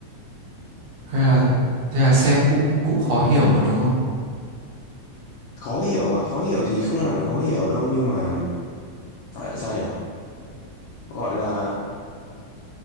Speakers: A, on the right; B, on the left.
A: Thế là thế là xem cũng cũng khó hiểu rồi đúng không?
B: khó hiểu à khó hiểu thì không hẳn là khó hiểu đâu nhưng mà gọi là sao nhỉ gọi là